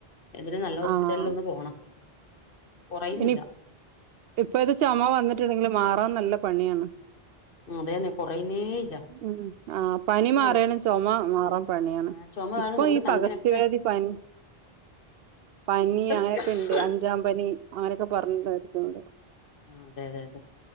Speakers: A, on the left; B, on the right.
A: എതേലും നല്ല ഹോസ്പിറ്റലിൽ
B: ആഹ്
A: ഒന്ന് പോണം കുറയുന്നില്ല
B: ഇനി ഇപ്പഴത് ചൊമ വന്നിട്ടുണ്ടെങ്കിൽ മാറാൻ നല്ല പണിയാണ്
A: അതേന്നെ കുറയുന്നേ ഇല്ല
B: ഉം ആഹ് പനി
A: എനിക്ക്
B: മാറിയാലും ചൊമ മാറാൻ പണിയാണ്
A: ആഹ് ചുമ
B: ഇപ്പൊ
A: കാരണം നമുക്ക്
B: ഈ
A: ചങ്കിനൊക്കെ
B: പകർച്ചവ്യാധി പനി പനി
A: ആഹ്
B: അങ്ങനെയൊക്കെ ഇണ്ട് അഞ്ചാം പനി അങ്ങനെയൊക്കെ പറഞ്ഞ് ഓരോന്ന്ണ്ട്
A: ആഹ് അതെ അതെ അതെ